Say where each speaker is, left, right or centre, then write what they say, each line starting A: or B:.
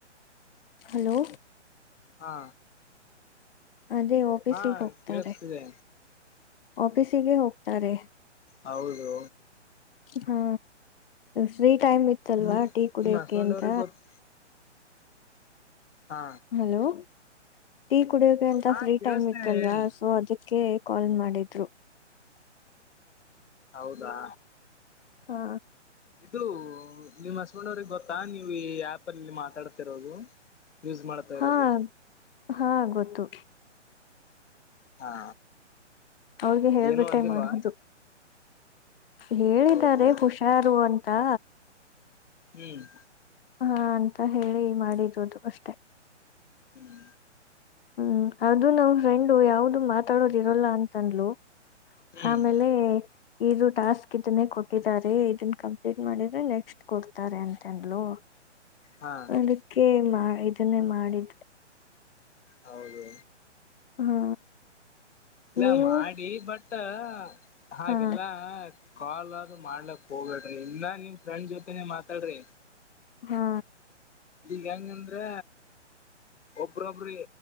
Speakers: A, on the left; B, on the left.
A: ಹಲೋ
B: ಹಾ
A: ಅದೇ ಆಫೀಸಿಗೆ
B: ಹಾ
A: ಹೋಗ್ತಾರೆ
B: ಕೇಳಿಸ್ತಿದೆ
A: ಆಫೀಸಿಗೆ ಹೋಗ್ತಾರೆ
B: ಹೌದು
A: ಹಾ ಫ್ರೀ ಟೈಮ್ ಇತ್ತಲ್ವಾ
B: ಹ್ಮ್
A: ಟೀ ಕುಡಿಯಕೆ
B: ನಿಮ್ ಹಸ್ಬೆಂಡ್
A: ಅಂತ
B: ಅವ್ರಿಗೆ ಗೊತ್ ಹಾ
A: ಹಲೋ <unintelligible> ಕುಡಿಯಕ ಅಂತ
B: ಹಾ
A: ಫ್ರೀ
B: ಕೇಳಿಸ್ತಿದೆ
A: ಟೈಮ್ ಇತ್ತಲ್ವಾ
B: ಹೇಳಿ
A: ಸೊ ಅದಕ್ಕೆ ಕಾಲ್ ಮಾಡಿದ್ರು
B: ಹೌದಾ
A: ಹಾ
B: ಇದು ನಿಮ್ಮ್ ಹಸ್ಬೆಂಡ್ ಅವ್ರಿಗೆ ಗೊತ್ತಾ ನೀವು ಈ ಆಪ ಅಲ್ಲಿ ಮಾತಾಡ್ತಾ ಇರೋದು ಯೂಸ್ ಮಾಡ್ತಾ
A: ಹಾ
B: ಇರೋದು
A: ಹಾ ಗೊತ್ತು
B: ಹಾ
A: ಅವ್ರಿಗೆ ಹೇಳ್ಬಟ್ಟೆ
B: ಏನು ಅಂದಿಲ್ವಾ
A: ಮಾಡೋದು ಹೇಳಿದ್ದಾರೆ
B: ಹೌದು
A: ಹುಷಾರು ತ್ತಾ
B: ಹ್ಮ್
A: ಹಾ ಅಂತ ಹೇಳಿ ಮಾಡಿದುದು ಅಷ್ಟೆ
B: ಹ್ಮ್
A: ಹ್ಮ್ ಅದು ನಾವ ಫ್ರೆಂಡು ಯಾವ್ದು ಮಾತಾಡದ ಇರಲ್ಲ ಅಂತನ್ಲು
B: ಹ್ಮ್
A: ಆಮೇಲೆ ಇದು ಟಾಸ್ಕ್ ಇದನ್ನೇ ಕೊಟ್ಟಿದ್ದಾರೆ ಇದನ್ ಕಂಪ್ಲೀಟ್ ಮಾಡಿದ್ರೆ ನೆಕ್ಸ್ಟ್ ಕೊಡ್ತಾರೆ ಅಂತನ್ಲು
B: ಹಾ
A: ಅದಕ್ಕೆ ಮಾಡ ಇದನ್ನೇ ಮಾಡಿದೆ
B: ಹೌದು
A: ಹಾ
B: ಇಲ್ಲ
A: ನೀವು
B: ಮಾಡಿ ಬಟ್ ಹ ಹಾಗೆಲ್ಲ
A: ಹಾ
B: ಕಾಲ್ ಅಲ್ಲ ಮಾಡ್ಲಕ್ ಹೋಗ್ಬೇಡ್ರಿ ಇಲ್ಲ ನಿಮ್ ಫ್ರೆಂಡ್ ಜೊತೆನೆೇ ಮಾತಾಡ್ರಿ
A: ಹಾ
B: ಈಗ ಹೆಂಗಂದ್ರೆ ಒಬ್ರೊಬ್ರ